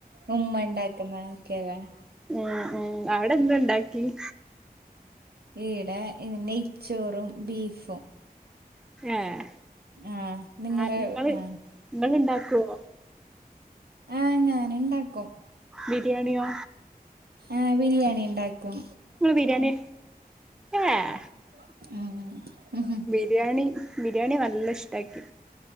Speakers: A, on the right; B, in the centre.
A: ഉമ്മ ഉണ്ടാക്കുന്ന ഒക്കെയല്ലേ
B: ഉം ഉം അവിടെ എന്തണ്ടാക്കിയെ?
A: ഈടെ ഇന്ന് നെയ്ച്ചോറും ബീഫും.
B: ഏഹ്‌
A: ആ നിങ്ങള്
B: ആഹ്‌ ഇങ്ങള്
A: ആ
B: ഇങ്ങള് ഇണ്ടാക്കുവോ?
A: ആഹ്‌ ഞാന് ഇണ്ടാക്കും.
B: ബിരിയാണിയോ
A: ആഹ്‌ ബിരിയാണി ഇണ്ടാക്കും.
B: നിങ്ങളെ ബിരിയാണി ഏഹ്‌?
A: ഉം
B: ബിരിയാണി ബിരിയാണി നല്ല ഇഷ്ട്ടായിക്ക്.